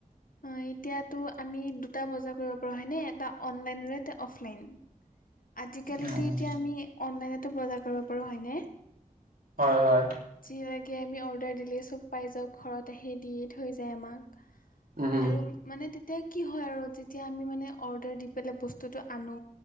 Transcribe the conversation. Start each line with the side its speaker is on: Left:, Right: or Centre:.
Left: অ এতিয়াতো আমি দুটা বজাৰ কৰিব পাৰো হয়নে এটা অনলাইন এটা অফলাইন আজিকালিতো
Right: উম
Left: এতিয়া আমি অনলাইনতো বজাৰ কৰিব পাৰো হয়নে
Right: হয় হয়
Left: যি লাগে আমি অৰ্ডাৰ দিলেই চব পাই যাওঁ ঘৰত আহি দিয়েই থৈ যায় আমাক।
Right: উম
Left: আৰু মানে তে তিয়া কি হয় আৰু যেতিয়া আমি মানে অৰ্ডাৰ দি পেলাই বস্তুটো আনো